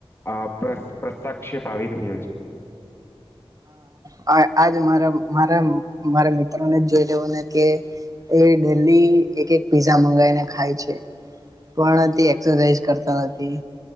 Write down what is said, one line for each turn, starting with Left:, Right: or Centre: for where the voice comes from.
Left: અ પ્રસ્તક્ષેપ આવી રહ્યો છે.
Right: હ આજ મારા મારા મારા મિત્રોને જ જોઈ લેવાને કે એ ડેલી એક એક પીઝા મંગાવીને ખાય છે. પણ એક્સરસાઇઝ કરતા નથી.